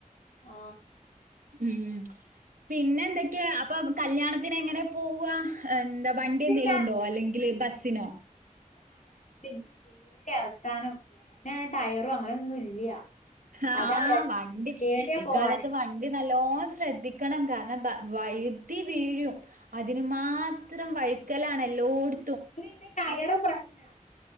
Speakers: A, on the left; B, on the right.
A: ആ
B: ഉം പിന്നെന്തൊക്കെ അപ്പൊ കല്യാണത്തിന് എങ്ങനെ പോവാ ആ ന്താ വണ്ടി
A: പിന്നെ
B: എന്തേലും ണ്ടോ അല്ലെങ്കിൽ ബസ്സിനോ
A: <unintelligible> <inaudible>
B: ആ
A: അതാ പ്രശ്നം
B: വണ്ടി
A: പേടിയാ
B: ഈ
A: പോവാന്
B: കാലത്ത് <unintelligible> <unintelligible> നല്ലോ ശ്രദ്ധിക്കണം കാരണം വഴുതി വീഴും. അതിന് മാത്രം വഴുക്കലാണല്ലോട്
A: ഇന്റെ ടയറും പ്രശ്ന